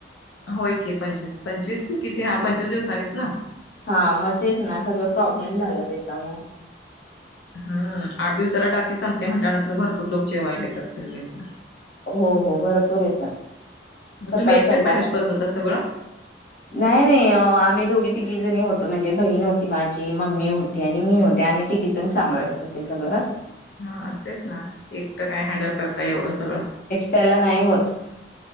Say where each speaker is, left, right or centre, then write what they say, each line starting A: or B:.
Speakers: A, on the left; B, on the left.
A: होय की पंचवीस, पंचवीस की किती हा पंचवीस दिवसांनीच ना?
B: हा मग तेच ना सगळ प्रॉब्लेम झाला त्याच्यामूळ.
A: हा, आठ दिवसाला टाकी संपते म्हटल्यानंतर भरपूर लोक जेवायलेच असतील मेसला.
B: हो हो भरपूर येता.
A: मग
B: सकाळी
A: तुम्ही एकटेच
B: संध्याकाळ
A: मॅनेज करत होता सगळं
B: नाही नाही आमी दोगी तिघीजणी होतो म्हणजे बहीण होती, माझी मम्मी होती आणि मी होते आम्ही तिघीजण सांभाळायच ते सगळ
A: हा तेच ना एकट काय हँडल करताय एवढ सगळ.
B: त्याला नाही होत.